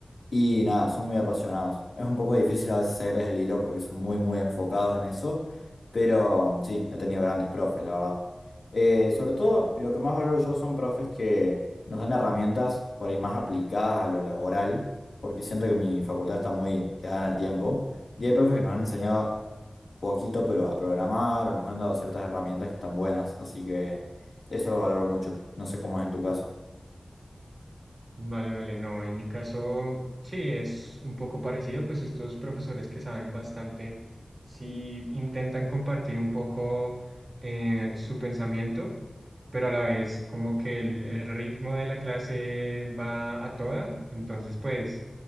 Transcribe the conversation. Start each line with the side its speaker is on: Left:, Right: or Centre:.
Left: Y nada, son muy apasionados. Es un poco difícil a veces seguirles el hilo porque son muy, muy enfocados en eso, pero sí, he tenido grandes profes, la verdad. Eh, sobre todo, lo que más valoro yo son profes que nos dan herramientas por ahí más aplicadas a lo laboral, porque siento que mi facultad está muy quedada en el tiempo, y hay profes que nos han enseñado poquito, pero a programar o nos han dado ciertas herramientas que están buenas, así que eso lo valoro mucho. No sé cómo es en tu caso.
Right: Vale, vale, no, en mi caso sí es un poco parecido, pues estos profesores que saben bastante, sí intentan compartir un poco eh, su pensamiento, pero a la vez como que el, el ritmo de la clase va a toda, entonces pues